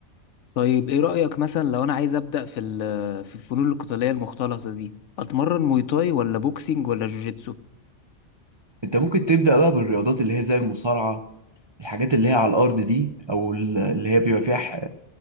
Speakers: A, on the left; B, on the right.
A: طيب ايه رأيك مثلا لو انا عايز ابدأ في ال- في الفنون القتالية المختلطة دي اتمرن موي تاي ولا بوكسينج ولا جوجيتسو
B: أنت ممكن تبدأ بقى بالرياضات اللي هي زي المصارعة الحاجات اللي هي على الارض دي او ال- اللي هي بيبقى فيها ح-